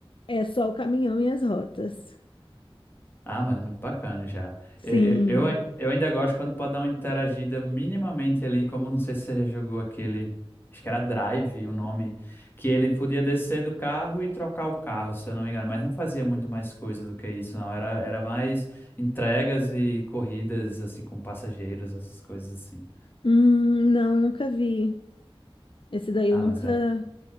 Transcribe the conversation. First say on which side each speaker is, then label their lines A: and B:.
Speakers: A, on the left; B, on the left.
A: É só o caminhão e as rotas.
B: Ah, mas muito bacana já.
A: Sim.
B: Eu, eu, eu eu ainda gosto quando pode dar uma interagida minimamente ali, como não sei se você já jogou aquele, acho que era Drive o nome, que ele podia descer do carro e trocar o carro, se eu não me engano, mas não fazia muito mais coisa do que isso, não. Era, era mais entregas e corridas, assim, com passageiros, essas coisas assim.
A: Hum, não, nunca vi. Esse daí
B: Ah,
A: eu nunca,
B: mas era,